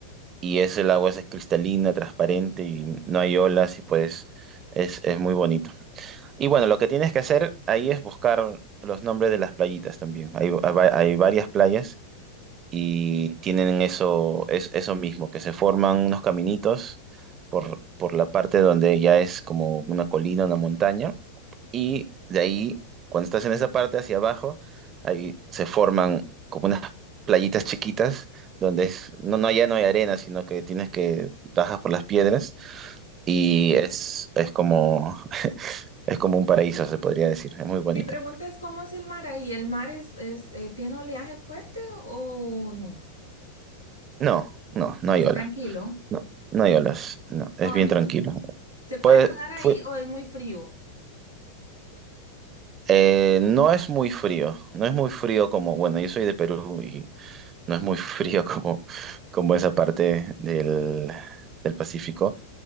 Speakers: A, on the right; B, on the left.
A: Y ese el agua es cristalina, transparente y no hay olas y pues es, es muy bonito. Y bueno, lo que tienes que hacer ahí es buscar los nombres de las playitas también. Hay, va- hay varias playas y tienen eso, es, eso mismo, que se forman unos caminitos por, por la parte donde ya es como una colina, una montaña. Y de ahí, cuando estás en esa parte hacia abajo, ahí se forman como unas playitas chiquitas donde es- no, no, ya no hay arena, sino que tienes que bajas por las piedras y es, es como es como un paraíso, se podría decir. Es muy bonito.
B: Mi pregunta es, ¿cómo es el mar ahí? ¿El mar es, es, eh, tiene oleaje fuerte o no?
A: No, no, no
B: ¿Es
A: hay olas.
B: tranquilo?
A: No, no hay olas. No,
B: No
A: es
B: hay
A: bien tranquilo.
B: oleaje. ¿Se puede
A: Pues
B: nadar ahí
A: fue,
B: o es muy frío?
A: eh, no es muy frío. No es muy frío como, bueno, yo soy de Perú y no es muy <laughs> frío como, como esa parte del, del Pacífico.